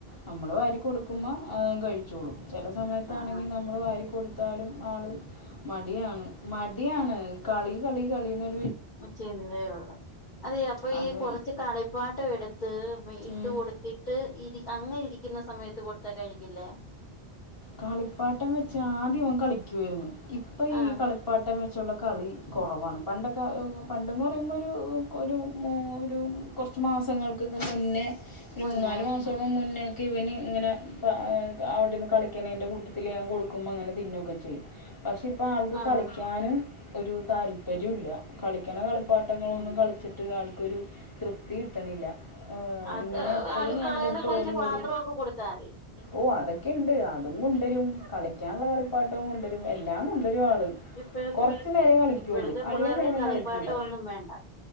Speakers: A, on the left (about 20°); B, on the left (about 50°).
A: നമ്മൾ വാരി കൊടുക് മാ അതങ് കഴിച്ചോളും ചില സമയത്താണെങ്കിൽ
B: ആഹ്
A: നമ്മൾ വാരി കൊടുത്താലും ആള് മടിയാണ്. മടിയാണ് കളി കളി കളി ന്നൊരു
B: ചിന്തേയൊള്ളു അതെ അപ്പൊ
A: അത്
B: ഈ കുറച്ച് കളിപ്പാട്ടം എടുത്ത് മേ ഇട്ട്
A: ഉം.
B: കൊടുത്തിട്ട് ഇരി അങ്ങനെ ഇരിക്കുന്ന സമയത്ത് കൊടുത്താ കഴിക്കില്ലേ
A: കളിപ്പാട്ടം വെച്ച് ആദ്യം ഓൻ കളിക്കു വേര്ന്ന്. ഇപ്പൊ
B: ആഹ്
A: ഈ കളിപ്പാട്ടം വെച്ചുള്ള കളി കൊറവാണ്. പണ്ടൊക്കെ പണ്ടെന്ന് പറയുമ്പോ ഒരു ഒരു ഒരു കൊറച്ച് മാസങ്ങൾക്ക് ക്കെക്കെ മുന്നേ ഒരു
B: മുന്നേ
A: മൂന്നാല്
B: ആഹ്
A: മാസൊക്കെ മുന്നെ ഒക്കെ ഇവന് ഇങ്ങനെ പാ അവടെര്ന്ന് കളിക്ക്ണേയ്ൻ്റെ കൂട്ടത്തില് ഞാൻ കൊടുക്കുമ്പോങ്ങനെ തിന്നൊക്കെ ചെയ്യും പക്ഷെ ഇപ്പൊ ആൾക്ക്
B: ആഹ്
A: കളിക്കാനും ഒരു താല്പര്യുല്ലാ. കളിക്കണ കളിപ്പാട്ടങ്ങളൊന്നും
B: ഉം
A: കളിച്ചിട്ട് ആൾക്കൊരു തൃപ്തി കിട്ടണില്ല. ഏഹ്
B: അത്
A: ഇങ്ങനെ എപ്പഴും
B: അടുക്കളയിലെ
A: എന്റെ അട്ത്ത്
B: കുറച്ച്
A: ഓടി
B: പാത്രമൊക്കെ
A: ഓടി
B: കൊടുത്താൽ മതി
A: ഓ അതൊ ക്കെണ്ട്. അതും കൊണ്ടുവരും കളിക്കാള്ള കളിപ്പാട്ടവും കൊണ്ടുവരും എല്ലാം കൊണ്ടുവരും ആള്
B: ഇപ്പോഴത്തെ
A: കൊറച്ചു നേരേ കളിക്കൊള്ളൂ
B: ഇപ്പോഴത്തെ
A: അധിക
B: പിള്ളേർക്ക്
A: നേരം
B: കളിപ്പാട്ടം
A: കളിക്കൂല
B: ഒന്നും വേണ്ട